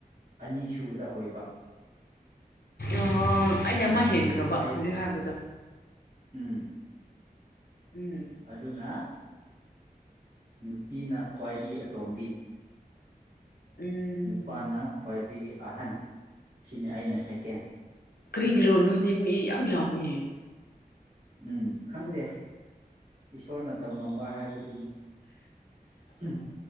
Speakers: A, on the right; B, on the left.
A: ꯑꯅꯤꯁꯨꯨꯕꯗ ꯑꯣꯏꯕ
B: ꯑꯣ ꯑꯩꯅ ꯃꯥ ꯍꯦꯟꯈ꯭ꯔꯕ
A: ꯈ꯭ꯋꯥꯏ
B: ꯍꯧꯖꯤꯛ ꯍꯥꯏꯕꯗꯣ
A: ꯎꯝ
B: ꯎꯝ
A: ꯑꯗꯨꯅ ꯅꯨꯄꯤꯅ ꯈ꯭ꯋꯥꯏꯗꯒꯤ ꯑꯇꯣꯝꯕꯤ
B: ꯎꯝ
A: ꯅꯨꯄꯥꯅ ꯈ꯭ꯋꯥꯏꯗꯒꯤ ꯑꯍꯟ ꯁꯤꯅꯤ ꯑꯩꯅ ꯁꯦꯀꯦꯟ
B: ꯀꯔꯤꯒꯤꯔꯣ ꯅꯣꯏꯗꯤ ꯃꯤ ꯌꯥꯝ ꯌꯥꯝꯃꯤ
A: ꯎꯝ ꯈꯪꯗꯦ ꯏꯁꯣꯔꯅ ꯇꯝꯃꯝꯕ ꯍꯥꯏꯕꯗꯨꯅꯤ ꯎꯝ